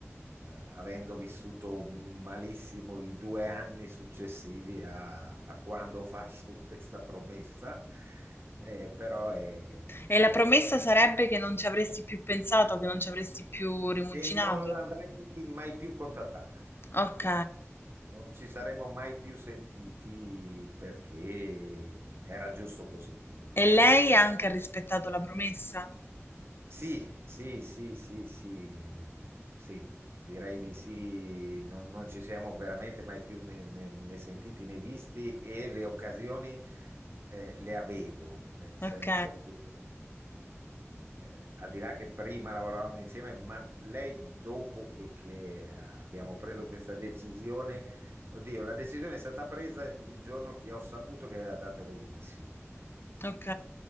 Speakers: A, on the right; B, on the left.
A: eh, avendo vissuto malissimo i due anni successivi a, a quando ho fatto <laughs> questa promessa. Eh, però, eh,
B: E
A: vabbè,
B: la promessa sarebbe che non ci avresti più pensato, che non ci avresti più rimuginato?
A: che non l'avrei mai più contattata.
B: Ok.
A: Non ci saremmo mai più sentiti perché era giusto così. Eh,
B: E lei ha anche rispettato la promessa?
A: sì, sì, sì, sì, sì, mm, sì, direi di sì, non, non ci siamo veramente mai più né, né- né sentiti né visti e le occasioni eh, le avevo, nel senso
B: Ok,
A: che eh, al di là che prima lavoravamo insieme, ma lei dopo che, che abbiamo preso questa decisione, oddio, la decisione è stata presa il giorno che ho saputo che aveva dato le dimissioni.
B: ok.